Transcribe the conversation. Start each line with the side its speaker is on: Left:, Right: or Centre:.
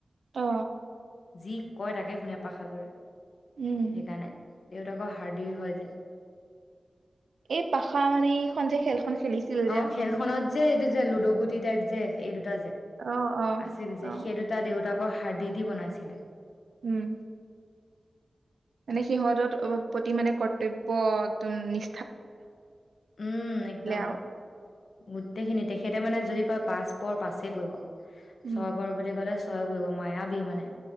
Right: অ
Left: যি কয় তাকে শুনে পাখাজোৰে সেইকাৰণে
Right: উম,
Left: দেউতাকৰ হাৰ্দিৰ হয় যে
Right: এই ভাষা মানে সন্দেহে হেনো খন খোলিছিল যে
Left: অ খেলখনত যে এইটো যে লুডু গুটি টাইপ যে এই দুটা
Right: অ', অ',
Left: আছিল যে
Right: অ',
Left: সেই দুটা দেউতাকৰ সাৰ দি দি বনাইছিলে
Right: উম মানে সিহঁতৰ প্ৰতি মানে কৰ্তব্য একদম নি
Left: উম একদম
Right: আৰু
Left: গোটেইখিনি তেখেতে মানে যদি য় পাছ পৰ পাছেই পৰিব
Right: উম,
Left: চবৰ বুলি ক'লে চহ কৰিব মায়াবি মানে